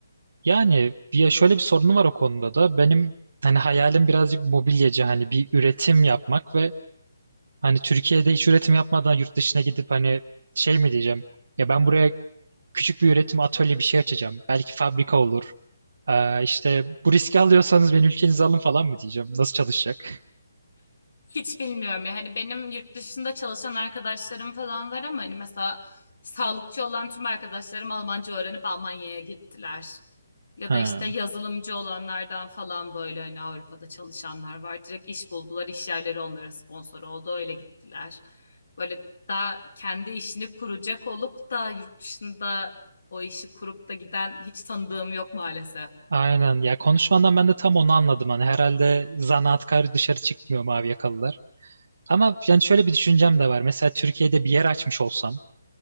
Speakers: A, on the right; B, on the left.
A: Yani bir şöyle bir sorunu var o konuda da. Benim hani hayalim birazcık mobilyacı hani bir üretim yapmak ve Hani Türkiye'de hiç üretim yapmadan yurt dışına gidip hani şey mi diyeceğim? Ya ben buraya küçük bir üretim atölye bir şey açacağım. Belki fabrika olur. Ee, işte bu riski alıyorsanız beni ülkenize alın falan mı diyeceğim? Nasıl çalışacak?
B: Hiç bilmiyorum ya. Hani benim yurt dışında çalışan arkadaşlarım falan var ama hani mesela sağlıkçı olan tüm arkadaşlarım Almanca öğrenip Almanya'ya gittiler. Ya
A: Ha,
B: da işte yazılımcı olanlardan falan böyle hani Avrupa'da çalışanlar var. Direkt iş buldular, iş yerleri onlara sponsor oldu, öyle gittiler. Böyle daha kendi işini kuracak olup da yurt dışında o işi kurup da giden hiç tanıdığım yok maalesef.
A: aynen. Ya konuşmandan ben de tam onu anladım. Hani herhalde zanaatkar dışarı çıkmıyor mavi yakalılar. Ama yani şöyle bir düşüncem de var. Mesela Türkiye'de bir yer açmış olsam,